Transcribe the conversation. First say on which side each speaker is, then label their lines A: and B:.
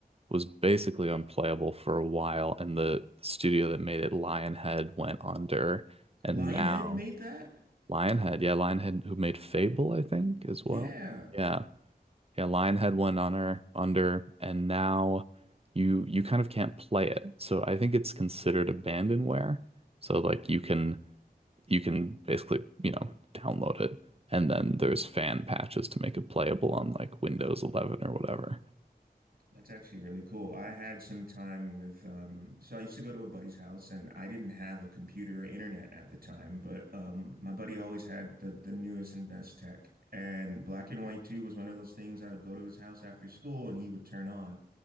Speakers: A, on the right; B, on the right.
A: was basically unplayable for a while and the studio that made it, Lionhead, went under. And
B: Lionhead
A: now
B: made that?
A: Lionhead, yeah, Lionhead who made Fable, I think, as
B: Yeah.
A: well. Yeah. Yeah, Lionhead went on her under and now you you kind of can't play it. So I think it's considered abandonware. So like you can you can basically, you know, download it and then there's fan patches to make it playable on like Windows 11 or whatever. <laughs>
B: That's actually really cool. I had some time with, um, so I used to go to a buddy's house and I didn't have a computer or internet at the time, but um, my buddy always had the, the newest and best tech. And Black and White 2 was one of those things I would go to his house after school and he would turn on.